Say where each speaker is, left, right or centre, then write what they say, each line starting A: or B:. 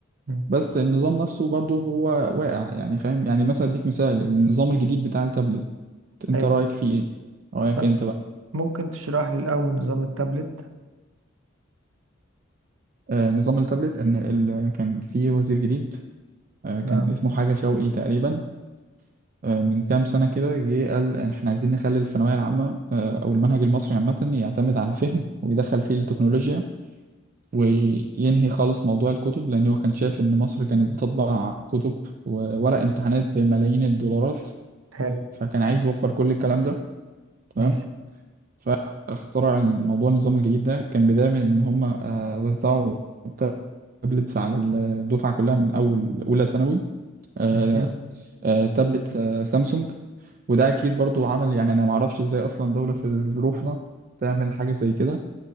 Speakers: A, on the right (about 85°); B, on the right (about 45°).
A: مم.
B: بس النظام نفسه برضه هو واقع يعني فاهم يعني مثلا اديك مثال النظام الجديد بتاع التابلت انت
A: حلو
B: رأيك فيه ايه رأيك
A: لا.
B: انت بقى
A: ممكن تشرح لي الأول نظام التابلت
B: آه نظام التابلت ان ال... كان في وزير جديد آه كان
A: اه
B: اسمه حاجة شوقي تقريبا آه من كام سنة كده جه قال ان احنا عايزين نخلي الثانوية العامة آه او المنهج المصري عامة يعتمد على الفهم ويدخل فيه التكنولوجيا وينهي خالص موضوع الكتب لأن هو كان شايف إن مصر كانت بتطبع كتب وورق امتحانات بملايين الدولارات
A: حلو
B: فكان عايز يوفر كل الكلام ده تمام
A: ماشي
B: فاخترع الموضوع النظام الجديد ده كان بداية من إن هم آه، وزعوا تابلتس على الدفعة كلها من أول أولى ثانوي آه،
A: ماشي
B: آه، تابلت آه، سامسونج وده أكيد برضو عمل يعني أنا معرفش إزاي أصلا دولة في ظروفنا تعمل حاجة زي كده